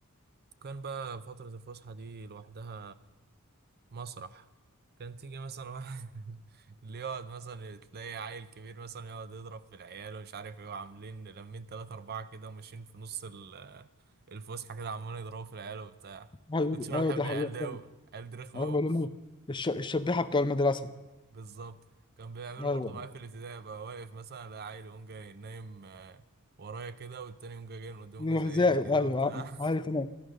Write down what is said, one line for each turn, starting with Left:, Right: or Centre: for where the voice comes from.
Right: كان بقى فترة الفسحة دي لوحدها مسرح كان تيجي مثلا واحد <laughs> اللي يقعد مثلا تلاقي عيل كبير مثلا يقعد يضرب في العيال ومش عارف ايه وعاملين لمين تلاتة أربعة كده وماشيين في نص ال- الفسحة كده عمالين يضربوا في العيال وبتاع
Left: ايوه
Right: كنتش أنا
Left: ايوه
Right: بحب
Left: دي حقيقة
Right: العيال ده
Left: فعلا.
Right: أوي العيال دي رخمة
Left: ايوه
Right: أوي
Left: لمو الش... الشبيحة بتوع المدرسة
Right: بالظبط كان بيعملوا
Left: ايوه
Right: برضه معايا في الابتدائي بقى واقف مثلا ألاقي عيل يقوم جاي نايم آه، ورايا كده والتاني يقوم جاي جاي من قدام يقوم
Left: الحذاء
Right: جاي زيقني كده
Left: ايوه
Right: وبتاع
Left: ع-
Right: <laughs>
Left: عارف انا